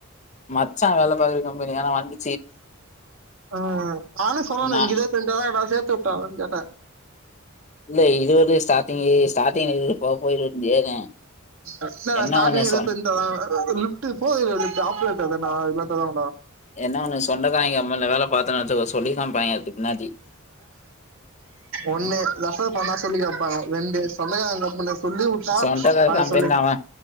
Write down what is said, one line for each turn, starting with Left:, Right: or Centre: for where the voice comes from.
Left: மச்சாா வேல பாக்ற கம்பனியா ஏனா வண்டி
Right: ஆ நானு சொன்னனே
Left: நா
Right: இங்க இதே செட்டான நா சேத்து விட்டானு கேட்ட
Left: இல்ல இருவது ஸ்டார்டிங்கே ஸ்டார்டிங் போவ போவ இருவத்தெஞ்சி ஏறு
Right: இல்ல
Left: என்ன
Right: ஸ்டார்டிங்
Left: ஒண்ணு
Right: இருவத்தஞ்
Left: சொன்
Right: lift four wheeler lift operator தான இதுகெல்லா தரமாட்டாங்க
Left: என்ன ஒன்னு சொந்தகாரவங்க கம்பெனில வேலை பாத்தோனு வெச்சுக்கோய சொல்லி காமிப்பாங்க பின்னாடி
Right: ஒண்ணு தப்பு பண்ணா சொல்லி காமிப்பாங்க ரெண்டு சொந்தகாரவங்க முன்னா சொல்லி வுட்டா
Left: சொந்தக்கார
Right: ஆ
Left: கம்பெனில
Right: சொல்லி
Left: அவன்